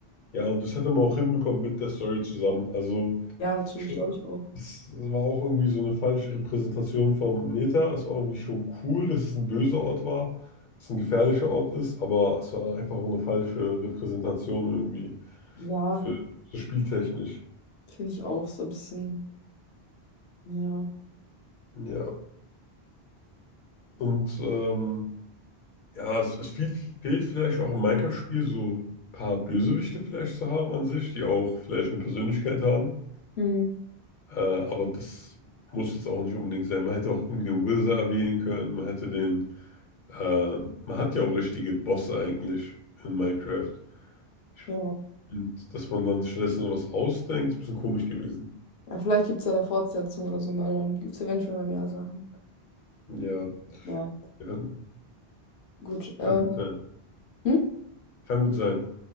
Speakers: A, on the left; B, on the left.
A: Ja, und das hätte man auch hinbekommen mit der Story zusammen. Also,
B: Ja, natürlich,
A: ich glaube,
B: glaube ich auch.
A: es war auch irgendwie so eine falsche Repräsentation vom Neta. Es war irgendwie schon cool, dass es ein böser Ort war, dass es ein gefährlicher Ort ist, aber es war einfach auch eine falsche Repräsentation irgendwie
B: Ja,
A: für so spieltechnisch.
B: finde ich auch. So ein bisschen, ja.
A: Ja, und ähm, ja, es, es fehlt, fehlt vielleicht auch im Minecraft-Spiel so ein paar Bösewichte vielleicht zu haben an sich, die auch vielleicht eine Persönlichkeit haben.
B: Hm,
A: Äh, aber das muss jetzt auch nicht unbedingt sein. Man hätte auch irgendwie den Wizard erwähnen können. Man hätte den. Äh, man hat ja auch richtige Bosse eigentlich in Minecraft. Ich,
B: ja.
A: und dass man dann stattdessen sowas ausdenkt, ist ein bisschen komisch gewesen.
B: Ja, vielleicht gibt es ja eine Fortsetzung oder so mal. Dann gibt es eventuell mal mehr Sachen.
A: Ja,
B: Ja,
A: kann,
B: gut. Äh,
A: kann gut sein.
B: hm?
A: Kann gut sein.